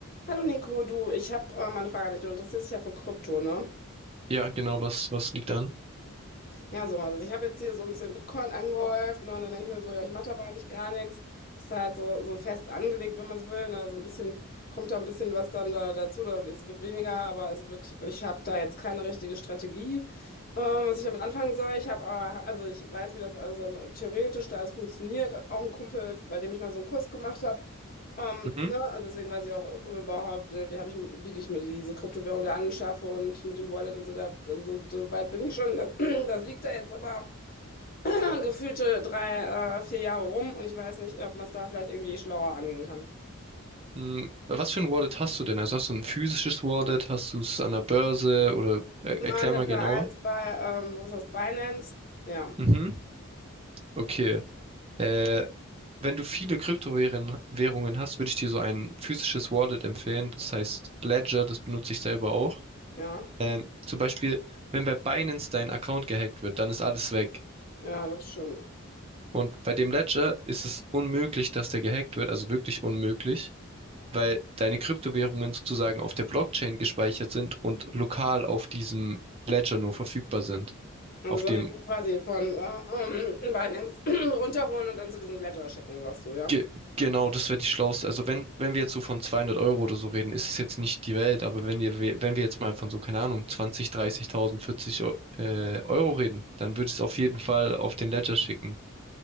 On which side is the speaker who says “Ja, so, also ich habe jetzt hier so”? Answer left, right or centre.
Left